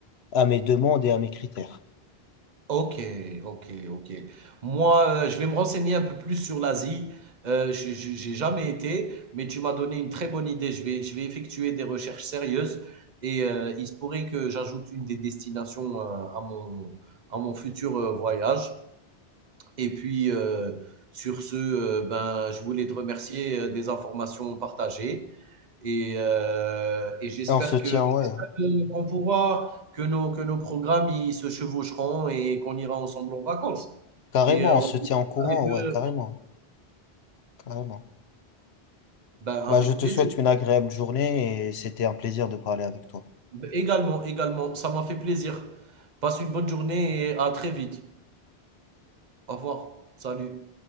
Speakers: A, on the left (about 75°); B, on the right (about 45°).
A: à mes demandes et à mes critères.
B: OK, OK, OK. Moi, heu, je vais me renseigner un peu plus sur l'Asie. Heu, je je j'ai jamais été, mais tu m'as donné une très bonne idée. Je vais je vais effectuer des recherches sérieuses et heu, il se pourrait que j'ajoute une des destinations, heu, à mon à mon futur, heu, voyage. Et puis, euh, sur ce, euh, ben, je voulais te remercier euh, des informations partagées. Et, euh, et j'espère
A: Et on se tient,
B: que
A: ouais,
B: j'espère que- qu'on pourra, que nos, que nos programmes ils se chevaucheront et qu'on ira ensemble en vacances.
A: carrément,
B: Et euh,
A: on
B: on
A: se tient en courant,
B: fera les deux.
A: ouais, carrément, carrément.
B: Ben, avec
A: Bah, je te
B: plaisir.
A: souhaite une agréable journée et c'était un plaisir de parler avec toi.
B: Également, également, ça m'a fait plaisir. Passe une bonne journée et à très vite. Au revoir. Salut.